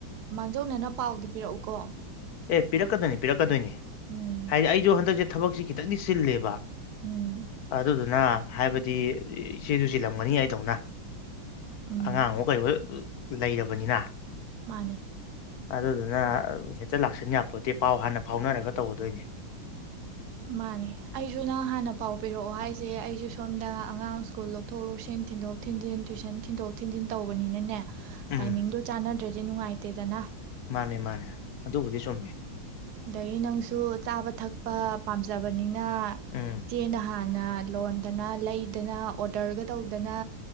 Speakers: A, on the right (about 60°); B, on the left (about 65°).
A: ꯃꯥꯡꯖꯧꯅꯅ ꯄꯥꯎꯗꯨ ꯄꯤꯔꯛꯎꯀꯣ
B: ꯑꯦ ꯄꯤꯔꯛꯀꯗꯣꯏꯅꯤ ꯄꯤꯔꯛꯀꯗꯣꯏꯅꯦ
A: ꯎꯝ
B: ꯍꯥꯏꯗꯤ ꯑꯩꯁꯨ ꯍꯟꯗꯛ ꯆ ꯊꯕꯛꯁꯤ ꯈꯤꯇꯪꯅꯤ ꯆꯤꯜꯂꯦꯕ
A: ꯎꯝ
B: ꯑꯗꯨꯗꯨꯅ ꯍꯥꯏꯕꯗꯤ ꯏꯆꯦꯗꯨ ꯆꯂꯝꯒꯅꯤ ꯑꯩꯗꯧꯅ
A: ꯎꯝ
B: ꯑꯉ ꯑꯉꯣ ꯀꯥꯏꯕ ꯂꯩꯔꯕꯅꯤꯅ
A: ꯃꯥꯅꯦ
B: ꯑꯗꯨꯗ ꯑꯗꯨ ꯅ ꯍꯇ ꯂꯥꯛꯁꯤꯟ ꯌꯥꯄꯣꯠꯇꯗꯤ ꯄꯥꯎ ꯍꯥꯟꯅ ꯐꯥꯎꯅꯔꯒ ꯇꯧꯒꯗꯣꯏꯅꯦ
A: ꯃꯥꯅꯦ ꯑꯩꯁꯨ ꯅꯪ ꯍꯥꯟꯅ ꯄꯥꯎ ꯄꯤꯔꯛꯑꯣ ꯍꯥꯏꯁꯦ ꯑꯩꯁꯨ ꯁꯣꯝꯗ ꯑꯉꯥꯡ ꯁ꯭ꯀꯨꯜ ꯂꯧꯊꯣꯛ ꯂꯧꯁꯤꯟ ꯊꯤꯟꯗꯣꯛ ꯊꯤꯟꯖꯤꯟ ꯇꯨꯋꯁꯟ ꯊꯤꯟꯗꯣꯛ ꯊꯤꯟꯖꯤꯟ ꯇꯧꯕꯅꯤꯅꯅꯦ
B: ꯎꯝ
A: ꯇꯥꯏꯃꯤꯡꯗꯣ ꯆꯥꯟꯅꯗ꯭ꯔꯦ ꯁꯤꯦ ꯅꯨꯡꯉꯥꯏꯇꯦꯗꯅ
B: ꯃꯥꯅꯦ ꯃꯥꯅꯦ ꯑꯗꯨꯕꯨꯗꯤ ꯆꯨꯝꯃꯦ
A: ꯑꯩ ꯅꯪꯁꯨ ꯆꯥꯕ ꯊꯛꯄ ꯄꯥꯝꯖꯕꯅꯤꯅ
B: ꯎꯝ
A: ꯆꯦ ꯅꯍꯥꯟ ꯅ ꯂꯣꯟꯗꯅ ꯂꯩꯗꯅ ꯑꯣꯗꯔꯒ ꯇꯧꯗꯅ